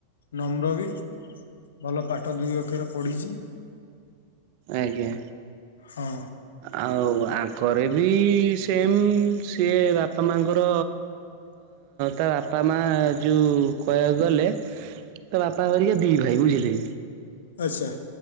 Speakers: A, on the left; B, on the right.
A: ନମ୍ର ବି ଭଲ ପାଠ ଦୁଇ ଅକ୍ଷରେ ପଢିଛି
B: ଆଜ୍ଞା
A: ହଁ
B: ଆଉ ଆଙ୍କରେ ବି ସେମ ସିଏ ବାପା ମାଙ୍କର ତ ବାପା ମା ଯେଉଁ କହିବାକୁ ଗଲେ ତା ବାପା କରରିକା ଦି ଭାଇ ବୁଝିଲେ
A: ଆଚ୍ଛା